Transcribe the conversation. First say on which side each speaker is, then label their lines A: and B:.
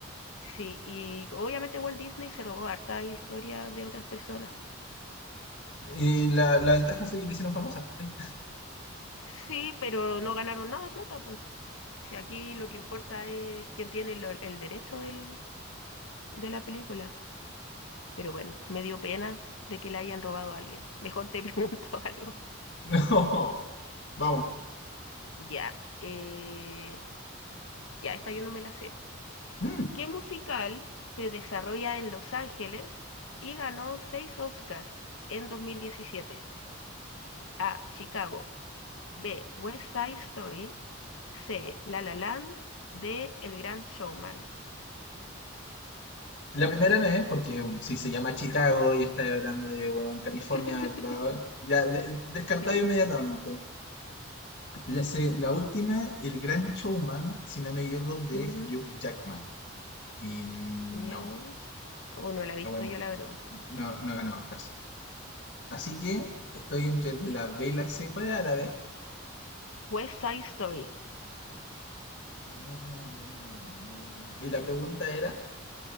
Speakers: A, on the left; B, on the left.
A: Sí, y obviamente Walt Disney se robó harta historia de otras personas.
B: Y la, la ventaja
A: Sí,
B: fue que le hicieron famosa, ¿cachai?
A: sí, pero no ganaron nada de plata, Si aquí lo que importa es quién tiene lo- el derecho del, de la película. Pero bueno, me dio pena de que le hayan robado a alguien. Mejor te <laughs> pregunto algo.
B: <laughs> No, vamos.
A: Ya, eh, ya, esta yo no me la sé.
B: Mm,
A: ¿Qué musical se desarrolla en Los Ángeles y ganó seis Oscars en 2017? A. Chicago. B. West Side Story. C. La La Land. D. El Gran Showman.
B: La primera no es, porque si se llama Chicago y está hablando de bueno, California,
A: <laughs>
B: la- ya de- descartado
A: Sí.
B: inmediatamente. La, se- la última, El Gran Showman, si no me equivoco, de
A: Ujú,
B: Hugh Jackman. Y no,
A: Ya. o no la he visto
B: ah, bueno,
A: yo, la verdad.
B: no, no ganó Oscars. Así que estoy entre la B y la C. ¿Cuál era la B?
A: West Side Story.
B: Mm, Y la pregunta era,